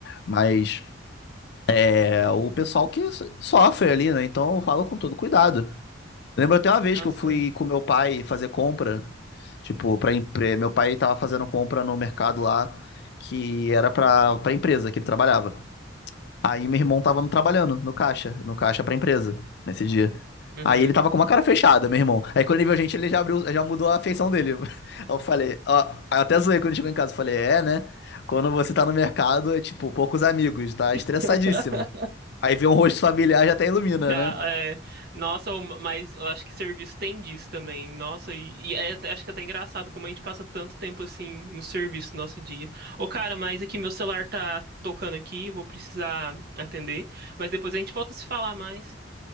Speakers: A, on the left; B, on the right.
A: Mas é o pessoal que so- sofre ali, né? Então eu falo com todo cuidado. Lembro até uma vez
B: Não,
A: que eu
B: sim.
A: fui com meu pai fazer compra, tipo, para meu pai tava fazendo compra no mercado lá que era pra para empresa que ele trabalhava. Aí meu irmão tava no- trabalhando no caixa, no caixa pra empresa nesse dia.
B: Uhum.
A: Aí ele tava com uma cara fechada, meu irmão. Aí quando ele viu a gente, ele já abriu, já mudou a feição dele. <laughs> Aí eu falei, ó, aí eu até zoei quando chegou em casa, eu falei, é, né? Quando você tá no mercado é tipo poucos amigos, tá
B: <laughs>
A: estressadíssimo. Aí vê um rosto familiar já até ilumina,
B: Já,
A: né?
B: é, nossa, o- mas eu acho que serviço tem disso também. Nossa, e, e é até- acho que é até engraçado como a gente passa tanto tempo assim no serviço no nosso dia. Ô, cara, mas aqui meu celular tá tocando aqui, eu vou precisar atender. Mas depois a gente volta a se falar mais.